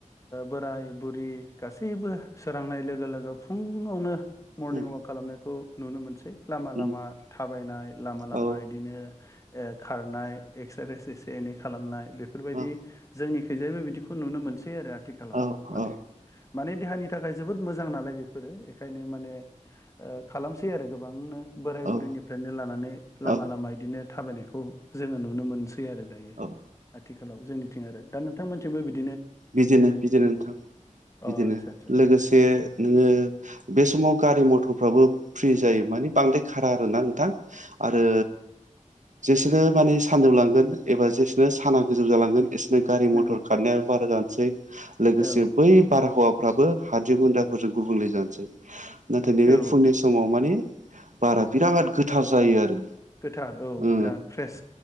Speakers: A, on the left; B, on the right.
A: बोराय बुरि गासैबो सोरांनाय लोगो लोगो फुङावनो मरनिं
B: उम
A: वाक खालामनायखौ नुनो मोनसै। लामा लामा
B: उम
A: थाबायनाय लामा लामा
B: औ
A: बिदिनो ओ खारनाय एक्सारसाइस एसे एनै खालामनाय बेफोरबायदि
B: औ
A: जोंनि थैजायबो बिदिखौ नुनो मोनसै आरो आथिखालाव
B: औ
A: माने
B: औ
A: माने देहानि थाखाय जोबोद मोजां नालाय बे। फोरो बेखायनो माने ओ खालामसै आरो गोबांनो। बोराय बुरैनिफ्रायनो
B: औ
A: लानानै लामा
B: औ
A: लामा इदिनो थाबायनायखौ जोङो नुनो मोनस आरो दायो
B: औ
A: आथिखालाव जोंनिथिं आरो दा नोंथांमोनथिंबो बिदि
B: बिजिरो बिजिरो नोंथां। बिदिनो
A: अ आदसा आदसा
B: लोगोसे नोङो बे समाव गारि मथर फ्राबो फ्रि जायो माने बांद्राय खारा आरोना नोंथां आरो जेसेनो माने सानजौलांगोन एबा जेसेनो साना गोजौ जालांगोन एसोरनो गारि
A: नंगौ
B: मथर खारनाया बारा जसै लोगोसे
A: औ
B: बै बारहावा फाबो हाद्रि गुन्द्राफोरजों गुबुंले जानोसै नाथाय नैबे
A: औ
B: फुंनि समाव माने बारा बिराद गोथार जायो आरो
A: गोथार औ
B: ओ
A: बिराद फ्रेस